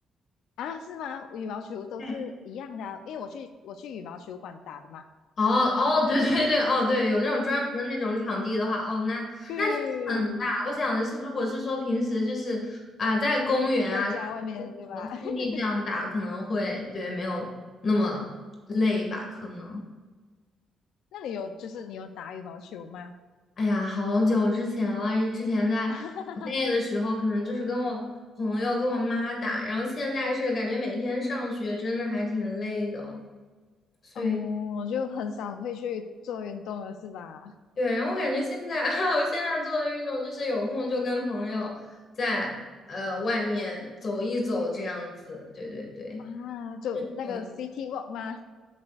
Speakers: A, on the left; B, on the left.
A: 啊，是吗？羽毛球都是一样的啊因为我去我去羽毛球馆打的嘛，
B: 对，哦哦，对对对，哦对，有那种专门的那种场地的话，哦，那那确实很大。
A: 对，
B: 我想的是，如果是说平时就是啊，在公园啊，
A: 在家外面对吧？
B: 找个空地这样打，
A: <laughs>
B: 可能会对没有那么累吧，可能。
A: 那你有就是你有打羽毛球吗？
B: 哎呀，好久之前了，之前在国内的时候，
A: <laughs>
B: 可能就是跟我朋友跟我妈打，然后现在是感觉每天上学真的还挺累的，所以。
A: 哦，我就很少会去做运动了，是吧？
B: 对，然后我感觉现在，<laughs> 我现在做的运动就是有空就跟朋友在呃外面走一走这样子，对对对，
A: 啊，就那个
B: 走一
A: City Walk 吗？